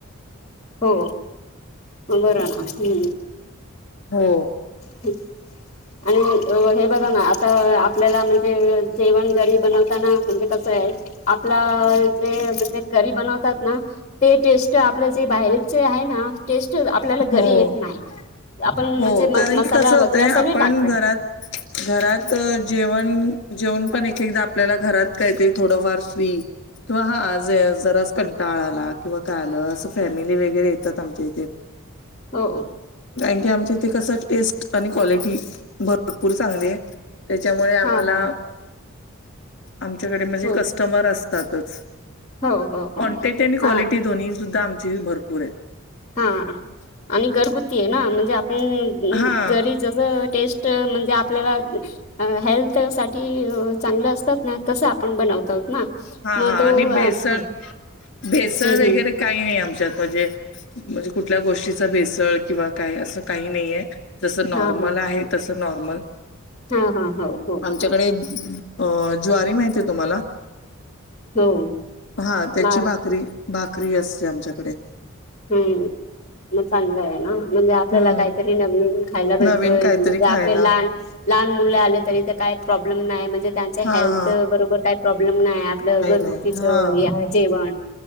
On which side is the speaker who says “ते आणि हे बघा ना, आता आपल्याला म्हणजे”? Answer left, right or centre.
Left